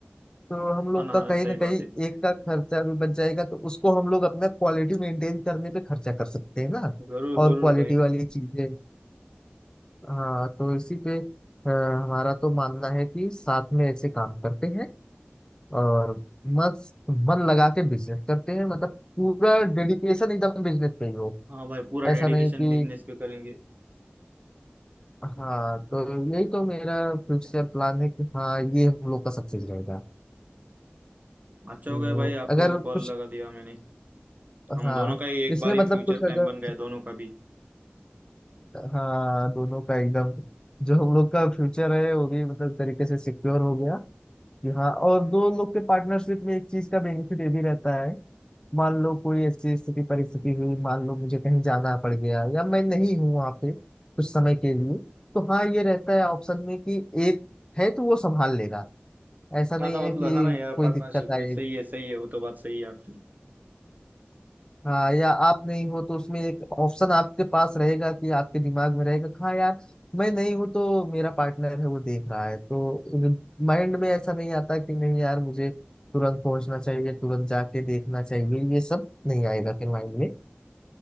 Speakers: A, on the left (about 20°); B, on the right (about 45°).
A: तो हम लोग
B: हाँ ना
A: का
B: हाँ
A: कहीं
B: सही
A: ना
B: बात
A: कहीं
B: है
A: एक का खर्चा भी बच जाएगा तो उसको हम लोग अपना क्वालिटी मेंटेन करने पे खर्चा कर सकते हैं ना
B: जरूर
A: और
B: जरूर
A: क्वालिटी
B: भाई
A: वाली चीजें हाँ तो इसी पे अ, हमारा तो मानना है कि साथ में ऐसे काम करते हैं और मस्त मन लगा के बिजनेस करते हैं मतलब पूरा डेडिकेशन एकदम बिजनेस पे ही हो
B: हाँ भाई पूरा डेडिकेशन
A: ऐसा नहीं कि
B: बिजनेस पे करेंगे
A: हाँ तो यही तो मेरा फ्यूचर प्लान है कि हाँ ये हम लोग का सक्सेस रहेगा
B: अच्छा
A: तो
B: हो गया भाई आपको
A: अगर कुछ
B: कॉल लगा दिया मैंने हम
A: हाँ
B: दोनों का ही एक
A: इसमें
B: बार ही
A: मतलब
B: फ्यूचर
A: कुछ
B: प्लान
A: अगर
B: बन गया दोनों का भी
A: हाँ दोनों का एकदम जो हम लोग का फ्यूचर है वो भी मतलब तरीके से सिक्योर हो गया कि हाँ और दो लोग के पार्टनरशिप में एक चीज का बेनिफिट ये भी रहता है मान लो कोई ऐसी स्थिति परिस्थिति हुई मान लो मुझे कहीं जाना पड़ गया या मैं नहीं हूँ वहां पे कुछ समय के लिए तो हाँ ये रहता है ऑप्शन में कि एक है तो वो संभाल लेगा ऐसा नहीं
B: हाँ ना
A: है
B: मतलब
A: कि
B: हाँ ना यार
A: कोई
B: पार्टनरशिप
A: दिक्कत आए
B: में सही है सही है वो तो बात सही है आपकी
A: हाँ या आप नहीं हो तो उसमें एक ऑप्शन आपके पास रहेगा कि आपके दिमाग में रहेगा कि हाँ यार मैं नहीं हूँ तो मेरा पार्टनर है वो देख रहा है तो माइंड में ऐसा नहीं आता कि नहीं यार मुझे तुरंत पहुंचना चाहिए तुरंत जाके देखना चाहिए ये सब नहीं आएगा फिर माइंड में